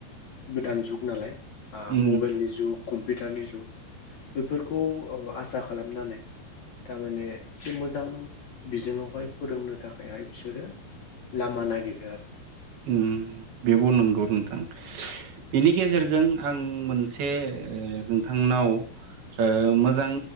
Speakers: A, on the left (about 50°); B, on the right (about 65°).
A: गोदान जुग नालाय आ
B: उम
A: मबाइलनि जुग। कम्पिउटारनि जुग बेफोरखौ ओ आसा खालामनानै थारमाने एसे मोजां बिजोङावहाय फोरोंनो थाखायहाय बिसोरो लामा नायगिरो आरो
B: उम बेबो नंगौ नोंथां। बिनि गेजेरजों आं मोनसे नोंथांनाव ओ मोजां